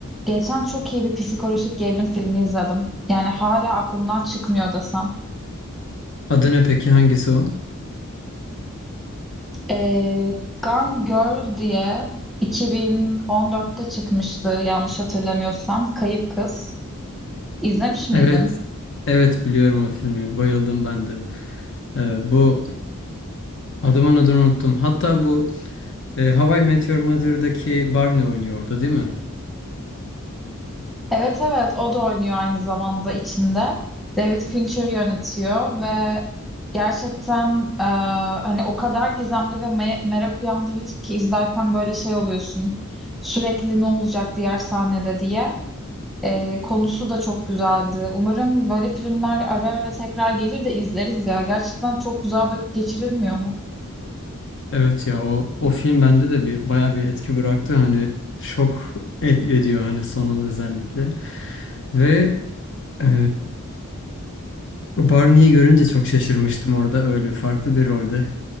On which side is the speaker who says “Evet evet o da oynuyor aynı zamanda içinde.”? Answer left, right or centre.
Centre